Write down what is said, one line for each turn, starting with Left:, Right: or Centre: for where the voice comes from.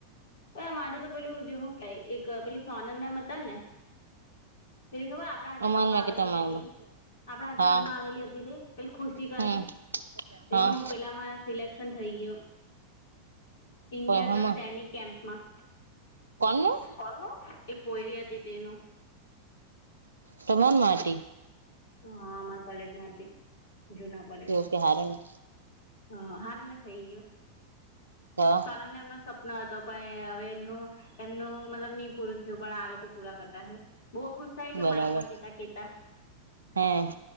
Left: એ અમારું તો પેલું હું કેય એક પેલી સોનલ મેમ હતા ને પેલી ખબર આપણા હાતે
Right: અમારમાં
Left: રમવા આવેલી
Right: કે તમારમાં
Left: હતી આપણા હાતે
Right: હા
Left: રમવા આવેલી હતી તે પેલી ખુશી કરીને
Right: હમ
Left: તેનું
Right: હા
Left: પેલામાં સિલેેક્શન થઈ ગયો ઇન્ડિયન
Right: હમાં
Left: નો સૈનિક કેમ્પમાં
Right: કોનું
Left: કોનું પોયરી હતી તેનું
Right: તમાર માટી
Left: હા અમારા કોલેજમાં હતી જુના કોલેજમાં
Right: એવું કે હારું ને
Left: હ હારુ ને થઈ યયો
Right: તો
Left: સોનમ મેમ નો સપનો હતો પણ હવે એમનું એમનું મતલબ ની પૂરું થયું પણ આ લોકો પૂરા કરતા છે બહુ ખુશ થાય તો
Right: બરાબર
Left: માઈકમાં કેતા કેતા
Right: હે